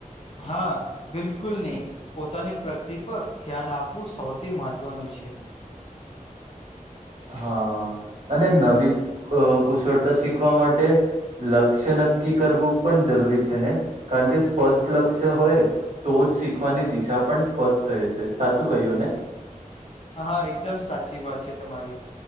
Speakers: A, on the left (about 45°); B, on the right (about 60°).
A: હા બિલકુલ નહી. પોતાની પ્રગતિ પર ધ્યાન આપવું સૌથી મહત્વનું છે.
B: હા અને નવી ક કુશળતા શીખવા માટે. લક્ષ્ય નક્કી કરવું પણ જરૂરી છે ને કારણ કે સ્પષ્ટ લક્ષ્ય હોય તો જ શીખવાની દિશા પણ સ્પષ્ટ રહે છે સાચું કહ્યું ને.
A: આ હા એકદમ સાચી વાત છે તમારી.